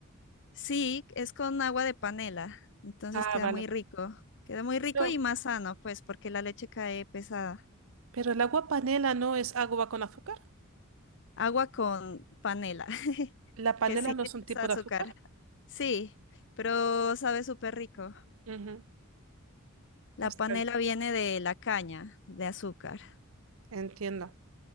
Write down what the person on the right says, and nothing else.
Ah,
vale.
No,
pero el agua panela no es agua con azúcar.
La panela
no es un
tipo
de azúcar.
Ujú.
Está
bien.
Entiendo.